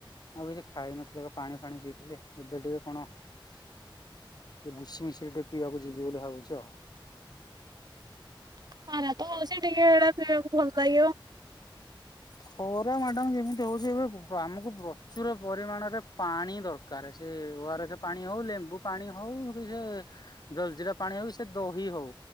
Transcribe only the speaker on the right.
ହୁଁ <unintelligible> ଟିକେ ହେଡା ପିଇବାକୁ ଭଲ ଲାଗିବ।